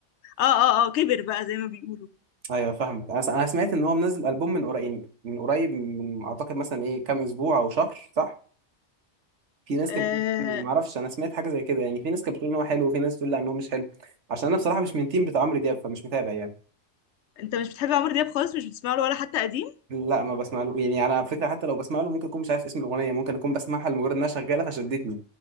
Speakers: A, on the left (about 75°); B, on the right (about 80°).
A: اه اه اه كبر بقى زي ما بيقولوا
B: ايوه فاهمك انا س- أنا سمعت ان هو منزل البوم من قريب يعني من قريب من اعتقد مثلا ايه كام اسبوع او شهر صح في ناس
A: آه
B: كانت بتقول حلو، ما اعرفش انا سمعت حاجه زي كده يعني في ناس كانت بتقول ان هو حلو وفي ناس بتقول لا ان هو مش حلو عشان انا بصراحه مش من تيم بتاع عمرو دياب فمش متابع يعني
A: انت مش بتحب عمرو دياب خالص مش بتسمع له ولا حتى قديم
B: لا ما بسمع له يعني انا على فكره حتى لو بسمع له ممكن اكون مش عارف اسم الاغنيه ممكن اكون بسمعها لمجرد انها شغاله فشدتني